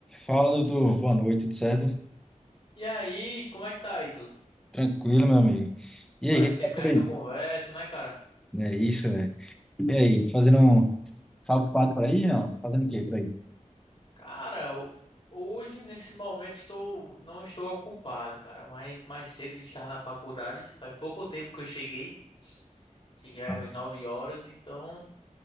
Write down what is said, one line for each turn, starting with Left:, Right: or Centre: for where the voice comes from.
Centre: Fala, doutor. Boa noite, tudo certo?
Left: E aí, como é que tá, Ítalo?
Centre: Tranquilo, meu amigo. E
Left: Faz
Centre: aí, o que que
Left: tempo
Centre: tá
Left: que
Centre: por
Left: a gente
Centre: aí?
Left: não conversa, né, cara?
Centre: É isso, velho. E aí, fazendo um... Tá ocupado por aí, não? Fazendo o quê por aí?
Left: Cara, eu- hoje, nesse momento, estou, não estou ocupado, cara. Mas mais cedo a gente estava na faculdade. Faz pouco tempo que eu cheguei. Cheguei eram
Centre: Não,
Left: umas 9 horas, então